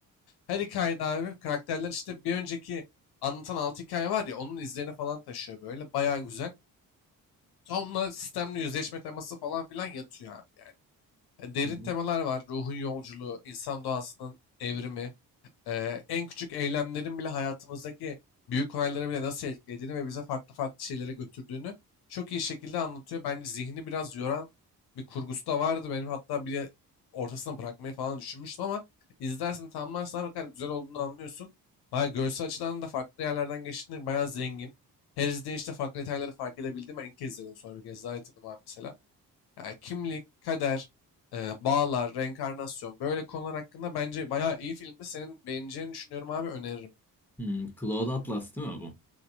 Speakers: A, on the left (about 50°); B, in the centre.
A: Her hikayede abi karakterler işte bir önceki anlatan altı hikaye var ya onun izlerini falan taşıyor böyle. Bayağı güzel. Sonra sistemli yüzleşme teması falan filan yatıyor abi yani. E, Derin
B: hı hı.
A: temalar var. Ruhun yolculuğu, insan doğasının evrimi, e, en küçük eylemlerin bile hayatımızdaki büyük olayları bile nasıl etkilediğini ve bize farklı farklı şeylere götürdüğünü çok iyi şekilde anlatıyor. Bence zihni biraz yoran bir kurgusu da vardı. Benim hatta bir ortasına bırakmayı falan düşünmüştüm ama izlersen tamamlarsan ne kadar güzel olduğunu anlıyorsun. Hayır, görsel açıdan da farklı yerlerden geçtiğinde bayağı zengin. Her izleyişte farklı detayları fark edebildim. Ben ilk kez izledim sonra bir kez daha izledim abi mesela. Yani kimlik, kader, e, bağlar, reenkarnasyon böyle konular hakkında bence bayağı iyi filmdi. Senin beğeneceğini düşünüyorum abi öneririm.
B: Hmm, Cloud Atlas değil mi bu?